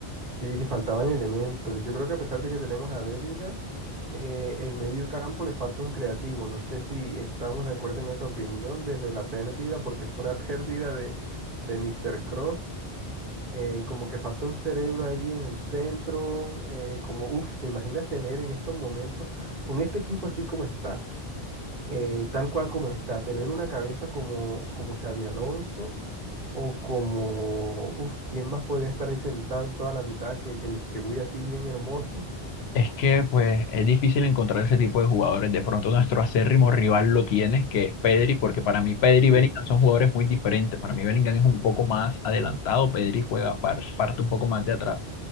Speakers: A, on the right; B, on the left.
A: sí, faltaban elementos. Yo creo que a pesar de que tenemos a Bellingham, eh, el medio campo le falta un creativo. No sé si estamos de acuerdo en esa opinión desde la pérdida, porque fue una <laughs> pérdida de, de Mr. Cross. Eh, como que falta un cerebro ahí en el centro. eh, como, uff, ¿te imaginas tener en estos momentos con este equipo así como está? eh, tal cual como está, tener una cabeza como, como Xabi Alonso o como, uf, ¿quién más podría estar ahí sentado en toda la mitad que, que distribuye así bien hermoso?
B: Es que pues es difícil encontrar ese tipo de jugadores. De pronto nuestro acérrimo rival lo tiene, que es Pedri, porque para mí Pedri y
A: Sí,
B: Bellingham son jugadores muy diferentes. Para mí Bellingham es un poco más adelantado, Pedri juega par- parte un poco más de atrás.